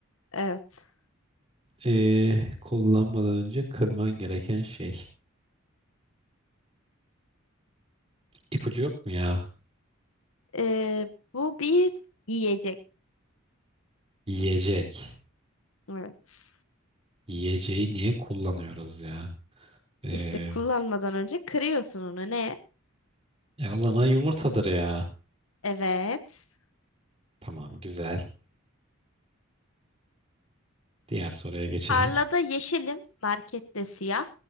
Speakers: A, on the left (about 80°); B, on the right (about 30°).
A: Evet.
B: Ee, kullanmadan önce kırman gereken şey. İpucu yok mu ya?
A: Ee, bu bir yiyecek.
B: Yiyecek.
A: Evet.
B: Yiyeceği niye kullanıyoruz ya? Ee,
A: İşte kullanmadan önce kırıyorsun onu. Ne?
B: e, o zaman yumurtadır ya.
A: Evet.
B: Tamam, güzel. Diğer soruya geçelim.
A: Tarlada yeşilim, markette siyah.